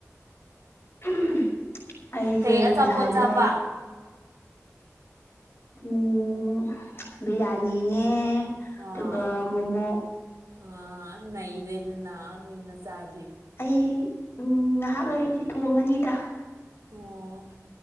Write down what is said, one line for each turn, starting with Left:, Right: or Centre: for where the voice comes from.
Left: <unintelligible> ꯑꯩꯗꯤ
Right: ꯀꯩ ꯑꯆꯥꯄꯣꯠ
Left: ꯉꯁꯥꯏꯗꯣ
Right: ꯆꯥꯕ
Left: ꯎꯝ ꯕꯤꯌꯥꯔꯅꯤꯅꯦ
Right: ꯑꯥ
Left: ꯗꯨꯒ ꯃꯣꯃꯣ
Right: ꯑꯥ ꯅꯩꯔꯦꯗꯅ ꯃꯤ ꯃꯆꯥ
Left: ꯑꯩ ꯎꯝ ꯉꯥꯏꯍꯥꯛ ꯂꯩꯔꯗꯤ ꯊꯣꯡꯉꯅꯤꯗ
Right: ꯑꯣ